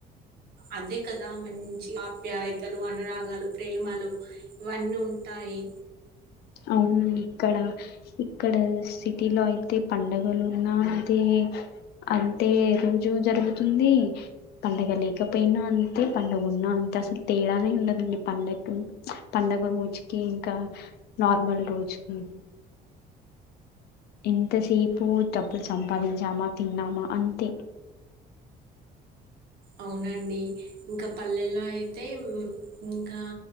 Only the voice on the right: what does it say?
అదే కదా మంచి ఆప్యాయతలు అనురాగాలు ప్రేమలు ఇవన్నీ ఉంటాయి
అవునండి ఇంకా పల్లెల్లో అయితే ఇంకా